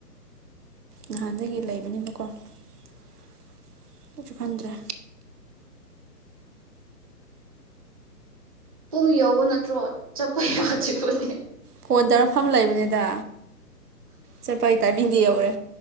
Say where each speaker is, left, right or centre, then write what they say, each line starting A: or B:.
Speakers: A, on the right; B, on the right.
A: ꯅꯍꯥꯟꯗꯒꯤ ꯂꯩ ꯅꯤꯅꯀꯣꯁꯨ ꯈꯟꯗ꯭ꯔꯦ
B: ꯄꯨꯡ ꯌꯧꯕ ꯅꯠꯇ꯭ꯔꯣ ꯆꯠꯄ ꯌꯥꯁꯤꯕꯅꯦ
A: ꯐꯣꯟ ꯇꯧꯔꯐꯝ ꯂꯩꯕꯅꯤꯗ ꯆꯠꯄꯥꯏ ꯇꯥꯏꯅꯤꯡꯗꯤ ꯌꯧꯔꯦ